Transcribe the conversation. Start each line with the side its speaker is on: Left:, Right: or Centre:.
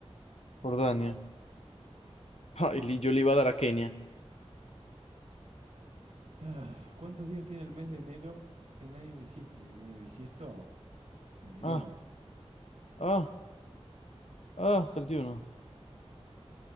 Left: Jordania. Ay, li- yo le iba a dar a Kenia.
Right: Ah, ¿Cuántos días tiene el mes de enero en año bisiesto? Y en año bisiesto, Veintinueve.
Left: Ah, ah, ah, 31.